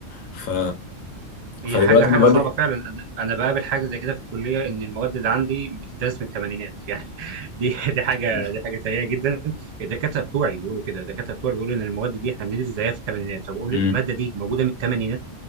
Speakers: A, on the left (about 85°); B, on the right (about 50°).
A: ف
B: هي
A: فدلوقتي
B: حاجه حاجه
A: انا بادئ
B: صعبه فعلا انا انا بقابل حاجه زي كده في الكليه ان المواد اللي عندي بتدرس من الثمانينات <laughs> يعني دي دي حاجه
A: <laughs>
B: دي حاجه سيئه جدا الدكاتره بتوعي بيقولوا كده الدكاتره بتوعي بيقولوا ان المواد دي احنا بندرس زيها في الثمانينات فبقول
A: مم.
B: الماده دي موجوده من الثمانينات